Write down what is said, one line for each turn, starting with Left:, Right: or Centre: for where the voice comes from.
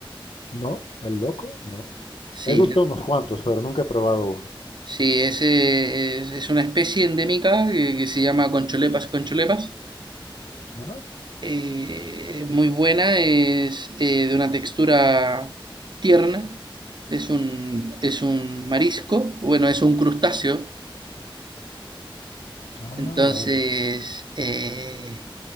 Left: No, el loco, no.
Right: Sí,
Left: He visto unos cuantos, pero nunca he probado uno.
Right: Sí, ese es, es una especie endémica que, que se llama concholepas concholepas.
Left: Ah,
Right: Eh, muy buena, es eh, de una textura tierna, es un, es un marisco, bueno, es un crustáceo.
Left: ah,
Right: Entonces,
Left: vale.
Right: eh,